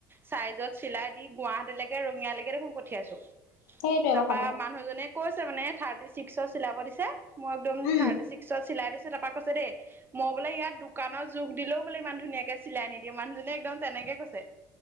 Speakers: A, on the right; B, on the left.
A: চাইজত চিলাই দি গুৱাহাটীলৈকে ৰঙিয়ালৈকে দেখোন পঠিয়াইছো।
B: সেইটোৱে
A: তাৰপা
B: কথাটো
A: মানুহ জনে কৈছে মানে থাৰ্টি ছিক্সৰ চিলাব দিছে মই একদম
B: উম
A: থাৰ্টি ছিক্স ত চিলাই দিছে তাৰপা কৈছে দেই মই বোলে ইয়াত দোকানৰ জোখ দিলেও বোলে ইমান ধুনীয়াকে চিলাই নিদিয়ে মানুহজনে একদম তেনেকে কৈছে।